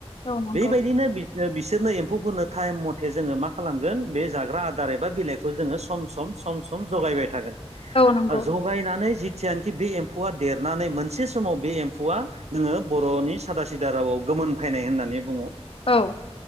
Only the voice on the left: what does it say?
औ नंगौ
औ नंगौ
औ